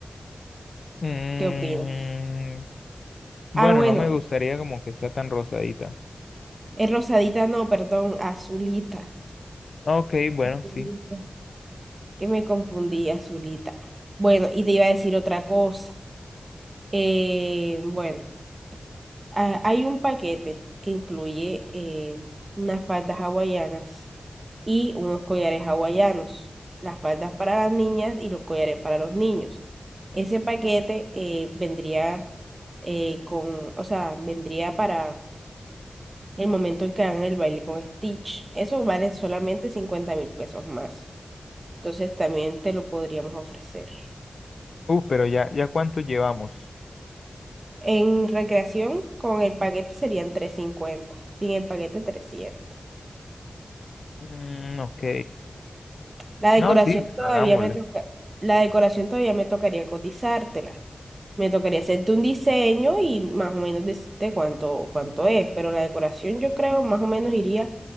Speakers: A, on the left; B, on the right.
A: Mm,
B: ¿Qué opinas?
A: bueno,
B: Ah, bueno,
A: no me gustaría como que sea tan rosadita.
B: es rosadita, no, perdón, azulita.
A: Ok, bueno,
B: Azulita.
A: sí.
B: Que me confundí, azulita. Bueno, y te iba a decir otra cosa. Eh, bueno. Ah, hay un paquete que incluye eh, unas faldas hawaianas y unos collares hawaianos. Las faldas para las niñas y los collares para los niños. Ese paquete eh, vendría eh, con, o sea, vendría para el momento en que hagan el baile con Stitch. Eso vale solamente cincuenta mil pesos más. Entonces también te lo podríamos ofrecer.
A: Uh, pero ya, ya cuánto llevamos.
B: En recreación, con el paquete serían trescientos cincuenta sin el paquete trescientos
A: Mm, ok.
B: La
A: No,
B: decoración
A: sí, bueno,
B: todavía
A: hagámosle.
B: me toca, la decoración todavía me tocaría cotizártela. Me tocaría hacerte un diseño y más o menos decirte cuánto, cuánto es, pero la decoración yo creo más o menos iría